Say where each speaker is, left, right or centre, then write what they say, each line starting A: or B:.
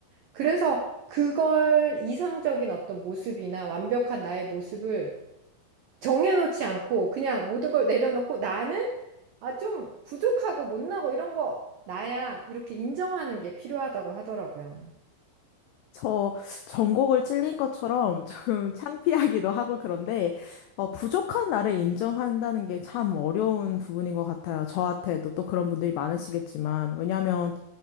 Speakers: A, on the right; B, on the left.
A: 그래서 그걸 이상적인 어떤 모습이나 완벽한 나의 모습을 정해놓지 않고 그냥 모든 걸 내려놓고 나는 아, 좀 부족하고 못나고 이런 거 나야 이렇게 인정하는 게 필요하다고 하더라고요.
B: 저 전곡을 찔린 것처럼 조금 <laughs> 창피하기도 하고 그런데 어, 부족한 나를 인정한다는 게 참 어려운 부분인 것 같아요. 저한테도 또 그런 분들이 많으시겠지만 왜냐하면